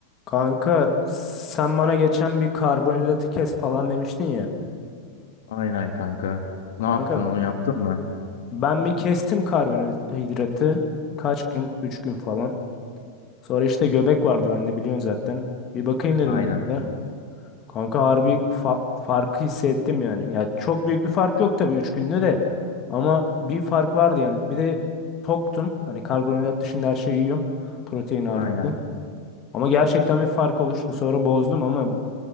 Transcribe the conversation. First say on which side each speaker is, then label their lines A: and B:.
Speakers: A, on the left; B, on the left.
A: Kanka sen bana geçen bir karbonhidratı kes falan demiştin ya.
B: Aynen kanka. Ne
A: Kanka
B: yaptın onu yaptın mı?
A: ben bir kestim karbonhidratı. Kaç gün? 3 gün falan. Sonra işte göbek vardı bende biliyorsun zaten. Bir bakayım dedim
B: Aynen.
A: öyle de. Kanka harbi fa- farkı hissettim yani. Ya çok büyük bir fark yok tabii 3 günde de. Ama bir fark vardı yani. Bir de toktum. Hani karbonhidrat dışında her şeyi yiyorum. Protein ağırlıklı.
B: Aynen.
A: Ama gerçekten bir fark oluştu. Sonra bozdum ama